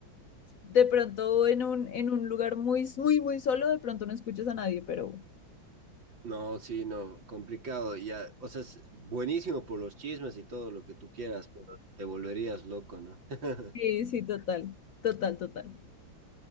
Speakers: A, on the left (about 65°); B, on the right (about 75°).
A: de pronto en un, en un lugar muy, muy, muy solo, de pronto no escuchas a nadie, pero
B: No, sí, no, complicado. Ya, o sea, es buenísimo por los chismes y todo lo que tú quieras, pero te volverías loco, ¿no? <laughs>
A: sí, sí, total, total, total.